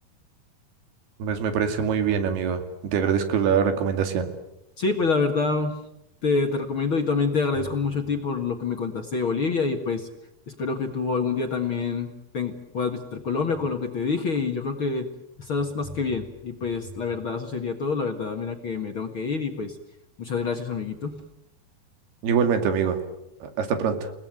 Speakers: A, on the right (about 90°); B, on the left (about 45°).
A: Pues me parece muy bien, amigo. Te agradezco la recomendación.
B: Sí, pues la verdad te, te recomiendo y también te agradezco mucho a ti por lo que me contaste de Bolivia y pues espero que tú algún día también ten- puedas visitar Colombia con lo que te dije y yo creo que estás más que bien y pues la verdad eso sería todo, la verdad mira que me tengo que ir y pues muchas gracias amiguito.
A: Igualmente, amigo. Hasta pronto.